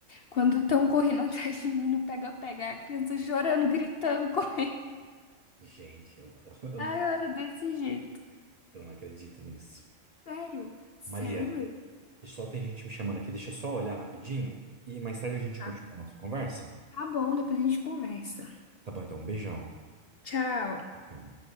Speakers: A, on the left; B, on the right.
A: quando estão correndo <laughs> atrás de mim não pega-pega, a criança chorando, gritando, <laughs> correndo.
B: Gente, eu, <laughs> eu,
A: Ah, eu era desse jeito.
B: eu não acredito nisso.
A: Sério, sério
B: Maria,
A: mesmo.
B: só tem gente me chamando aqui. Deixa eu só olhar rapidinho e mais tarde a gente
A: Tá,
B: continua a nossa conversa.
A: tá bom, depois a gente conversa.
B: Tá bom, então. um Beijão.
A: Tchau.
B: Tchau.